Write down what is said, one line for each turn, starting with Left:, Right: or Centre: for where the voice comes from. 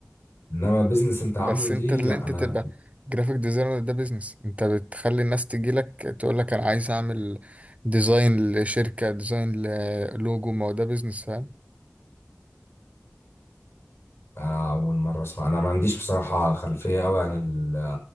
Left: انما بيزنس انت عامله
Right: بس
Left: دي
Right: انت اللي
Left: لا
Right: انت
Left: انا
Right: تبقى جرافيك ديزاينر ده بيزنس انت بتخلي الناس تجيلك تقول لك انا عايز اعمل ديزاين لشركة ديزاين للوجو ما هو ده بيزنس فاهم
Left: أنا اول مرة اسمع انا ما عنديش بصراحة خلفية قوي عن